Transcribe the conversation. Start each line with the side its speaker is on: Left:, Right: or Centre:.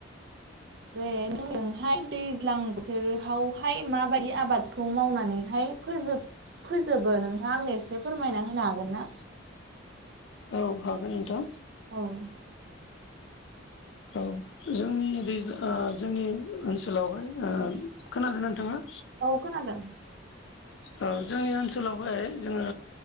Right: जे <unintelligible> जोंहाय दैज्लां बोथोरावहाय माबायदि आबादखौ मावनानै हाय फोजोब फोजोबो नोंथाङा आंनो एसे फोरमायना होनो हागोन ना?
Left: औ हागोन नोंथां
Right: उम
Left: औ जोंनि दैज्ला आ जोंनि ओनसोलावहाय आ खोनादोंना नोंथाङा?
Right: औ खोनादों
Left: ओ जोंनि ओनसोलावहाय जोङो